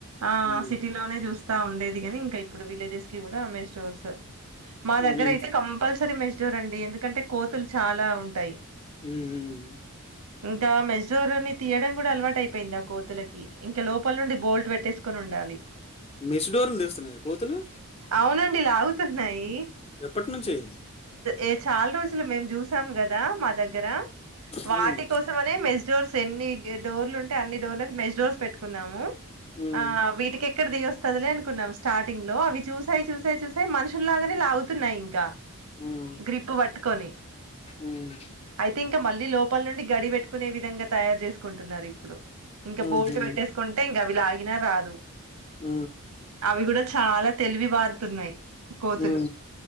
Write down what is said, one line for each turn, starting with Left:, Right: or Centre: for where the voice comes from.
Right: ఆ
Left: హ్మ్.
Right: సిటీలోనే చూస్తా ఉండేది కాని ఇంకా ఇప్పుడు విలేజెస్ కి కూడా మెస్ డోర్స్ మా
Left: అవును.
Right: దగ్గర
Left: ఇన్
Right: అయితే కంపల్సరీ సరి మెస్డూర్ అండి ఎందుకంటే కోతులు చాలా ఉంటాయి.
Left: ఉమ్ ఉమ్
Right: ఇంకా మెస్ డోర్ అని తీయడం కూడా అలవాటు అయిపోయిందా కోతులకి ఇంకా లోపల నుండి బోల్ట్ పెట్టేసుకొని ఉండాలి.
Left: మెస్ డోర్లు తెస్తున్నాయయా కోతులు.
Right: అవునండి లాగుతున్నాయి.
Left: ఎప్పటి నుంచి
Right: ఏ చాలా రోజులు మేము చూసాం కదా మా దగ్గర వాటి
Left: హ్మ్.
Right: కోసం అనే మెస్ డోర్స్ ఎన్ని డోర్లు ఉంటే అన్ని డోర్ మెస్ డోర్స్ పెట్టుకున్నాము
Left: హ్మ్.
Right: ఆ వీటికి ఇక్కడ దిగొస్తుందిలే అనుకున్నాం స్టార్టింగ్ లో అవి చూసాయి చూసాయి చూసాయి మనుషు లాగానే లాగుతున్నాయి ఇంకా
Left: హ్మ్.
Right: గ్రిప్ పట్టుకొని
Left: హ్మ్.
Right: ఐ థింక్ ఇంకా మళ్ళీ లోపల నుండి గడి పెట్టుకునే విధంగా తయారు చేసుకుంటున్నారు ఇప్పుడు ఇంకా
Left: హుహు.
Right: బోల్ట్ పెట్టేసుకుంటే ఇంకా అవి లాగినా రాదు
Left: ఊ
Right: అవి గూడా చాలా తెలివి బారుతున్నాయి కోతులు.
Left: ఉ